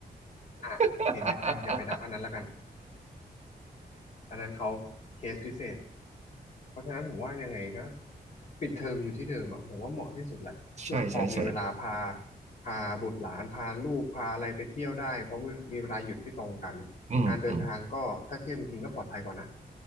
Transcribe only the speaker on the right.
<laughs>
ใช่ใช่ใช่
อืมอืม